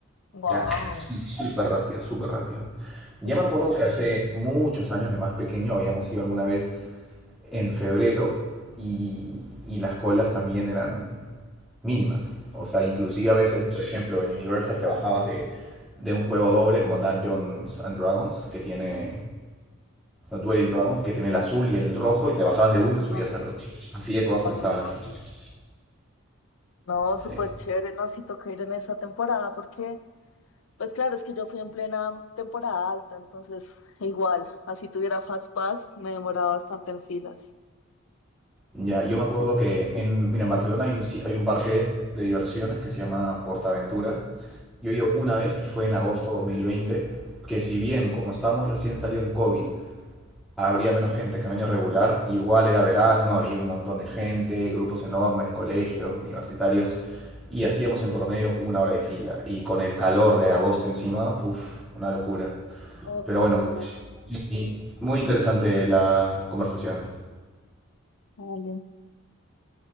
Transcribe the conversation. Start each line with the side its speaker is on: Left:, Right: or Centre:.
Left: Wow.
Centre: Era así, súper rápido, súper rápido. Ya
Left: Eh,
Centre: me acuerdo que hace muchos años de más pequeño habíamos ido alguna vez en febrero y, y las colas también eran mínimas. O sea, inclusive a veces, por ejemplo, en Universal te bajabas de, de un juego doble como Dungeons and Dragons, que tiene, no, Dueling Dragons, que tiene el azul y el rojo, y te bajabas de uno y te subías
Left: ah,
Centre: al otro. Así de cortas
Left: ah,
Centre: estaban las filas.
Left: no,
Centre: Sí.
Left: súper chévere, no, sí toca ir en esa temporada porque, pues claro, es que yo fui en plena temporada alta, entonces igual, así tuviera Fast Pass, me demoraba bastante en filas.
Centre: Ya, yo me acuerdo que en, mira, en Barcelona hay un, si- hay un parque de diversiones que se llama PortAventura. Yo he ido una vez y fue en agosto de 2020, que si bien como estábamos recién salidos de COVID, habría menos gente que en año regular, igual era verano, había un montón de gente, grupos enormes de colegios, universitarios, y hacíamos en promedio una hora de fila. Y con el calor de agosto encima, uff, una locura.
Left: Uf,
Centre: Pero bueno,
Left: claro.
Centre: y muy interesante la conversación.
Left: Vale.